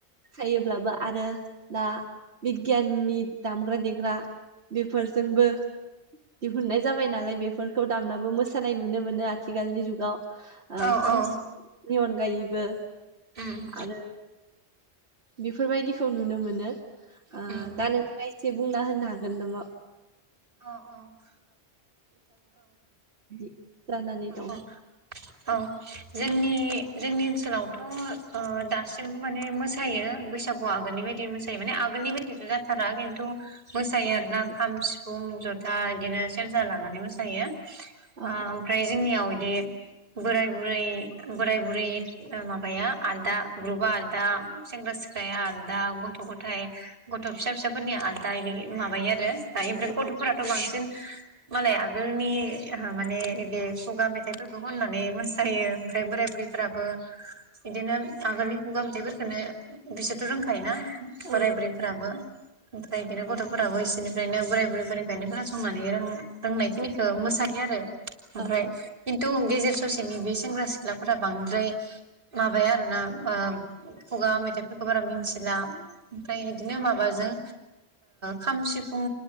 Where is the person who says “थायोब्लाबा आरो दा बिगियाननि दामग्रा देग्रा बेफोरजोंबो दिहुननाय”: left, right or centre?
Right